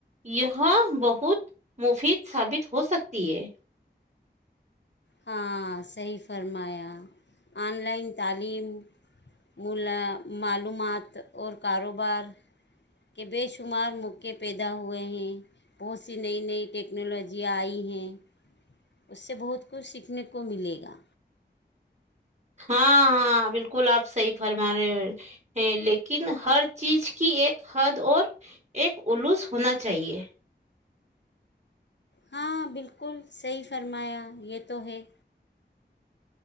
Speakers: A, on the right; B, on the left.
A: یہ بہت مفید ثابت ہو سکتی ہے
B: ہاں صحیح فرمایا آن لائن تعلیم ملا معلومات اور کاروبار کے بے شمار موقعے پیدا ہوئے ہیں بہت سی نئی نئی ٹیکنالوجیاں آئی ہیں اس سے بہت کچھ سیکھنے کو ملے گا
A: ہاں ہاں بالکل آپ صحیح فرما رہے ہیں لیکن ہر چیز کی ایک حد اور ایک الوس ہونا چاہیے
B: ہاں بالکل صحیح فرمایا یہ تو ہے